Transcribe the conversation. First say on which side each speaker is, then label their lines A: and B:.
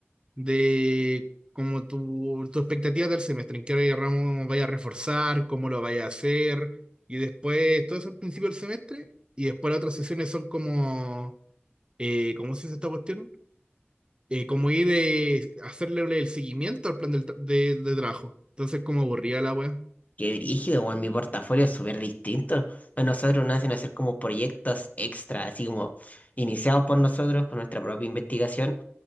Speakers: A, on the right (about 25°); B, on the left (about 35°).
A: de como tu, tu expectativa del semestre, en qué ramo vaya a reforzar, cómo lo vaya a hacer, y después todo eso al principio del semestre, y después las otras sesiones son como, eh, ¿cómo se dice esta cuestión? Eh, como ir eh, hacerle el seguimiento al plan del tra- de, de trabajo. Entonces, como aburrida la wea.
B: Qué brígido, weón. Mi portafolio es súper distinto. A nosotros nos hacen hacer como proyectos extra, así como iniciados por nosotros con nuestra propia investigación,